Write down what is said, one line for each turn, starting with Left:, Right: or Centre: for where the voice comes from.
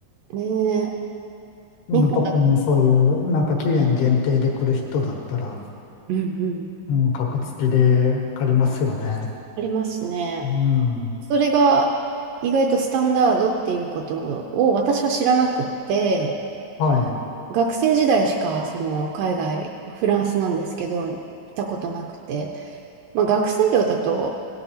Right: ね
Left: うん、
Right: え日本だと、
Left: 特にそういう、なんか期限限定で来る人だったら、
Right: うんうん、
Left: うん、格付きで借りますよね。
Right: ありますね。
Left: うん。
Right: それが意外とスタンダードっていうことを私は知らなくって、
Left: はい。
Right: 学生時代しかその海外、まあフランスなんですけど、行ったことなくて、まあ、学生寮だと、